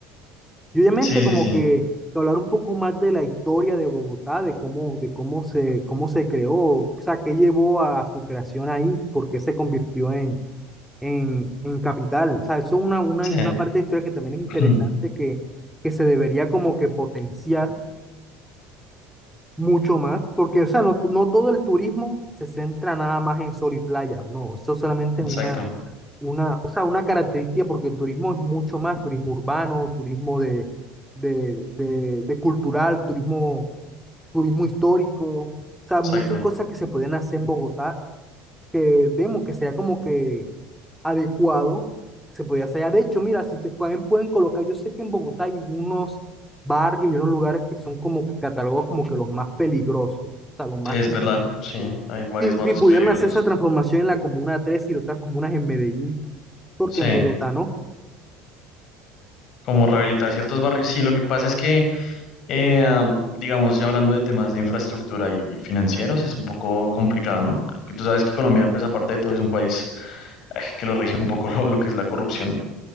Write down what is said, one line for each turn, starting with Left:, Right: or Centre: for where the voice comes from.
Centre: Y obviamente
Left: Sí, sí,
Centre: como
Left: sí,
Centre: que, que hablar un poco más de la historia de Bogotá, de cómo, de cómo se, cómo se creó, o sea, qué llevó a, a su creación ahí, por qué se convirtió en, en, en capital. O sea, eso es una, una,
Left: sí,
Centre: una parte de historia que también es interesante
Left: <clears throat>
Centre: que, que se debería como que potenciar mucho más, porque, o sea, no, no todo el turismo se centra nada más en sol y playa, no, eso solamente
Left: exacto,
Centre: es una, una, o sea, una característica, porque el turismo es mucho más, turismo urbano, turismo de, de, de, de cultural, turismo, turismo histórico, o sea,
Left: exacto.
Centre: muchas cosas que se pueden hacer en Bogotá que vemos que sería como que adecuado, se podía hacer. Ah, De hecho, mira, si se pueden, pueden colocar, yo sé que en Bogotá hay unos barrios y unos lugares que son como que catalogados como que los más peligrosos, o sea, los más...
Left: Es verdad, sí, hay varios
Centre: Si, si
Left: barrios
Centre: pudieran
Left: peligrosos.
Centre: hacer esa transformación en la Comuna tres y otras comunas en Medellín, porque
Left: Sí,
Centre: en Bogotá no.
Left: como rehabilitar ciertos barrios. Sí, lo que pasa es que Eh, digamos, ya hablando de temas de infraestructura y financieros, es un poco complicado, ¿no? Porque tú sabes que Colombia, pues aparte de todo, es un país eh, que lo rige un poco <laughs> lo, lo que es la corrupción.